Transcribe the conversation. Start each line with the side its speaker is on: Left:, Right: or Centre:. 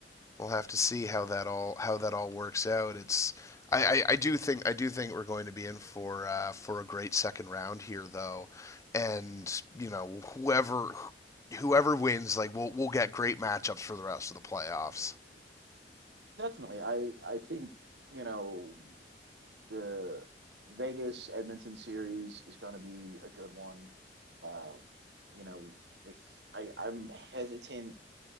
Left: we'll have to see how that all how that all works out. It's I, I, I do think I do think we're going to be in for uh, for a great second round here though, and you know whoever whoever wins like we'll we'll get great matchups for the rest of the playoffs.
Right: definitely i i think you know the vegas edmonton series is going to be a good one uh, you know I, I i'm hesitant